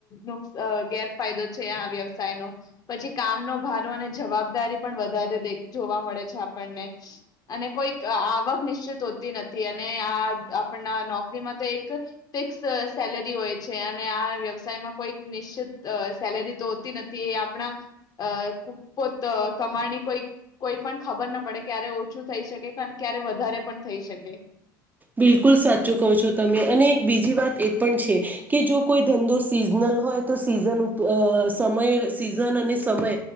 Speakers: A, on the left; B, on the right.
A: નુકસ ગેરફાયદો છે આ વ્યવસાય ન પછી કામનો ભારો અને જવાબદારી પણ વધારે દે જોવા મળે છે આપણને અને કોઈક આવક નિશ્ચિત હોતી ન તિ અને આ આપણના નોકરીમાં તો એક ફિક્સ સેલેરી હોય છે અને આ વ્યવસાયમાં કોઈ નિશ્ચિત અ સેલેરી તો હોતી નથી એ આપણા અ ખૂ પોત કમાણી કોઈ કોઈ પણ ખબર ના પડે ક્યારે ઓછું થઈ શકે ક્યારે વધારે પણ થઈ શકે.
B: બિલકુલ સાચું કહો છો તમે અને એક બીજી વાત એ પણ છે કે જો કોઈ ધંધો સિઝનલ હોય તો સીઝન ઉપ અ સમય સિઝન અને સમય